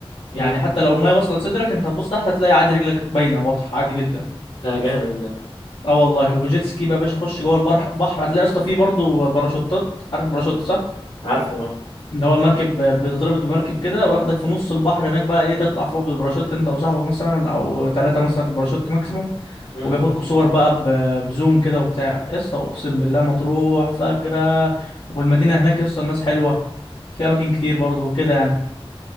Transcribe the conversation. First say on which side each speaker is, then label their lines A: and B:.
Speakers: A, on the left; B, on the left.
A: يعني
B: مم.
A: حتى لو المايه واصله لصدرك انت هتبص تحت هتلاقي عادي رجلك باينه واضحه عادي جدا
B: ده جامد ده
A: اه والله وجيت سكي بقى يا باشا خش جوه البحر بحر هتلاقي يا اسطى فيه برضه باراشوتات عارف الباراشوت صح
B: عارفه اه
A: اللي هو المركب بتتربط بمركب كده وياخدك في نص البحر هناك بقى ايه تطلع فوق بالباراشوت انت وصاحبك مثلا او ثلاثة مثلا في الباراشوت ماكسيموم
B: مم.
A: وبياخدكوا صور بقى ب- بزوم كده وبتاع يا اسطى اقسم بالله مطروح فجرة والمدينة هناك يا اسطى الناس حلوة في اماكن كتير برضو كده يعني